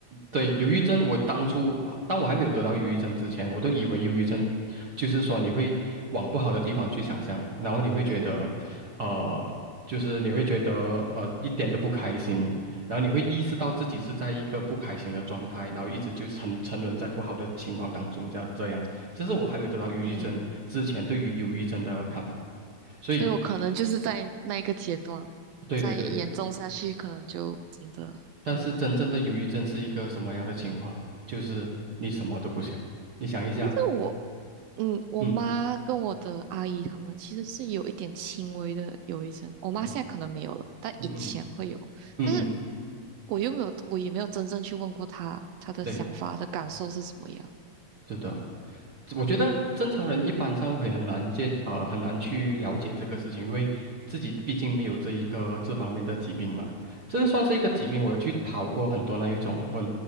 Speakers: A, on the right; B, on the right.
A: 对，忧郁症，我当初啊当我还没有得到忧郁症之前，我都以为忧郁症就是说你会往不好的地方去想象，然后你会觉得，
B: 嗯
A: 呃，就是你会觉得呃一点都不开心，然后你会意识到自己是在一个不开心的状态，然后一直就沉沉沦在不好的情况当中，这样这样，这是我还没有得到忧郁症之前对于忧郁症的看法。
B: 嗯，
A: 所以，
B: 所以我可能就是在那一个阶段，
A: 对对对，
B: 再严重下去，可能就真的嗯。
A: 但是真正的忧郁症是一个什么样的情况？就是你什么都不想，你想一下。
B: 其实我嗯，我妈跟我的阿姨她们其实是有一点轻微的忧郁症。
A: 嗯。
B: 我妈现在可能没有了，
A: 嗯
B: 但以前会有。
A: 嗯嗯嗯，
B: 但是
A: 嗯，
B: 我又没有，我也没有真正去问过她，她的想法、
A: 对，
B: 她的感受是怎么样。
A: 是的，我觉得正常人一般上会很难接啊，呃，很难去了解这个事情，因为自己毕竟没有这一个这方面的疾病嘛。这个算是一个疾病，我有去刨过很多那一种，我